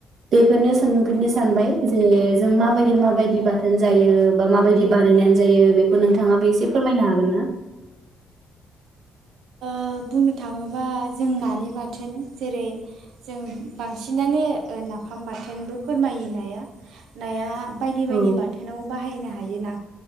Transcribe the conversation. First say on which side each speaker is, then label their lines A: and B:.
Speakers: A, on the right (about 55°); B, on the right (about 80°).
A: बेखौनो सोंफिननो सानबाय जे जों माबायदि माबायदि बाथोन जायो बा माबायदि बानायनानै जायो बेखौ नोंथाङाबो एसे फोरमायनो हागोन ना?
B: ओ बुंनो थाङोबा जों नानि बाथोन जेरै जों बांसिनानो ओ नाफाम बाथोनबो फोरमायो नाया नाया। बायदि बायदि
A: औ
B: बाथोनाव बाहायनो हायोना।